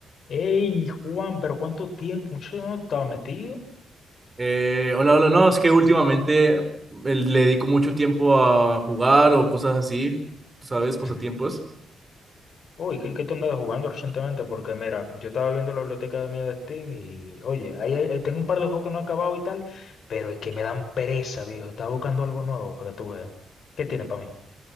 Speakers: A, on the left (about 55°); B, on the right (about 20°).
A: Ey, Juan, pero ¿cuánto tiempo? Muchacho, no estaba metido.
B: Eh, hola, hola, no, es que últimamente eh, le dedico mucho tiempo a jugar o cosas así, ¿sabes? Pasatiempos.
A: Ujú. Oye, ¿qué, qué tú andabas jugando recientemente? Porque mira, yo estaba viendo la biblioteca mía de Steam y, oye, ahí, ahí- ahí tengo un par de juegos que no he acabado y tal, pero es que me dan pereza, viejo. Estaba buscando algo nuevo para que tú veas. ¿Qué tiene para mí?